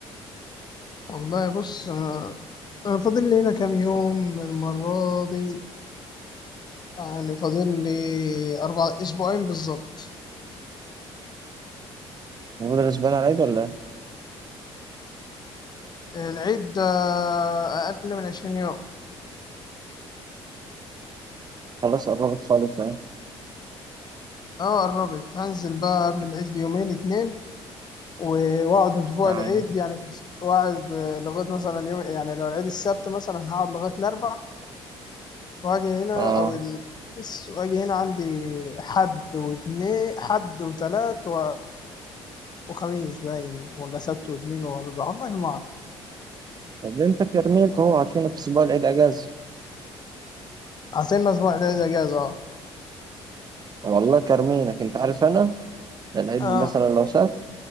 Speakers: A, on the left; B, on the right.
A: والله بص آه، أنا فاضل لي هنا كام يوم المرة دي يعني فاضل لي أربع أسبوعين بالظبط
B: المفروض غصبان على ايد ولا ايه؟
A: العيد ده أقل من عشرين يوم
B: خلاص قربت خالص اهي
A: أه قربت هنزل بقى قبل العيد بيومين اتنين و- وأقعد أسبوع
B: اه
A: العيد يعني وأقعد آه، لغاية مثلا يوم يعني لو العيد السبت مثلا هقعد لغاية الأربع وأجي هنا
B: اه
A: أو ال... بس- وأجي هنا عندي حد واتنين حد وتلات و... وخميس باين ولا سبت واتنين وأربع والله ما أعرف
B: طب انت كارمينك اهو عاطينك اسبوع العيد اجازة
A: عاطلنا أسبوع العيد إجازة
B: والله كارمينك انت عارف انا العيد
A: أه
B: مثلا لو سبت